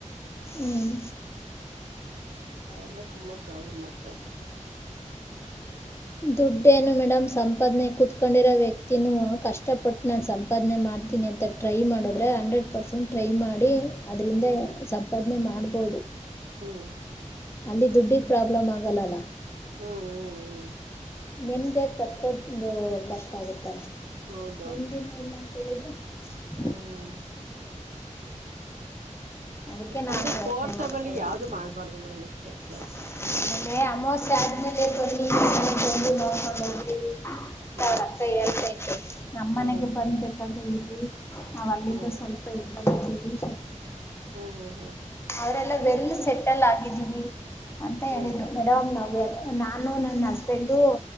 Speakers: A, on the left; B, on the right.
A: ಹ್ಮ್
B: ಅದೆಲ್ಲ ತುಂಬಾ ಪ್ರಾಬ್ಲಮ್ ಆಯತಾವ
A: ದುಡ್ಡೇನು ಮೇಡಮ್ ಸಂಪಾದನೆ ಕೂತ್ಕೊಂಡಿರೋ ವ್ಯಕ್ತಿನೂ ಕಷ್ಟಪಟ್ಟು ನಾನ್ ಸಂಪಾದನೆ ಮಾಡ್ತೀನಿ ತಟ್ಟ ಟ್ರೈ ಮಾಡದ್ರೆ
B: ಹೌದು
A: ಹಂಡ್ರೆಡ್ ಪರ್ಸೆಂಟ್ ಟ್ರೈ ಮಾಡಿ ಅದರಿಂದ
B: ಹ್ಮ್
A: ಸಂಪಾದನೆ ಮಾಡ್ಬೋದು
B: ಹ್ಮ್
A: ಅಲ್ಲಿ ದುಡ್ಡಿಗೆ ಪ್ರಾಬ್ಲಮ್ ಆಗಲ್ಲಲ್ಲ
B: ಹ್ಮ್ ಹ್ಮ್
A: ನೆಮ್ಮದಿಯಾಗ ಬತ್ಕೋದಂದು ಕಷ್ಟ ಆಗುತ್ತಲ್ಲ
B: ಹೌದೌದು
A: ನೆಮದಿ ನ್ಂತೇಳಿದ್ರೆ <unintelligible>
B: ಹ್ಮ್
A: ಅದಕ್ಕೆ ನಾ
B: ಅಂದ್ರೆ
A: ಪ್ರಚನೆ
B: ಫೋರ್ಸಬಲಿ
A: ಮಾಡ್ತಾ ಇದ್ದೀನಿ
B: ಯಾವ್ದು ಮಾಡ್ಬಾರ್ದು ಮೇಡಮ್ ಅಷ್ಟೇ
A: <unintelligible>
B: ಲೈಫಲ್ಲಿ
A: ಏ ಅಮಾವಾಸ್ಯೆ ಆಸ್ಟೇಲಿಯಾದ ಬನ್ನಿ ಸಜ <inaudible> ಮತ್ತೆ
B: ಹ್ಮ್
A: ಅವ್ರತ್ರ ಹೇಳ್ತತೆ ನಮ್ಮ್
B: ಹ್ಮ್
A: ಮನೆಗೆ ಬಂದಬೇಕಾದ್ರೆ ಇರರಿ ನಾವ್ ಅಲ್ಲಿಂದ
B: ಹ್ಮ್
A: ಸ್ವಲ್ಪ ಇದಿದ್ದೀವಿ
B: ಹ್ಮ್ ಹ್ಮ್ ಹ್ಮ್
A: ಅವರೆಲ್ಲ ವೆಲ್ ಸೆಟಲ್ ಆಗಿದ್ದೀವಿ ಅಂತ
B: ಹ್ಮ್
A: ಹೇಳಿದ್ರು ಮೇಡಮ್ ನಾವ್ ಲ್ ನಾನು ನನ್ನ ಹಸ್ಬೆಂಡು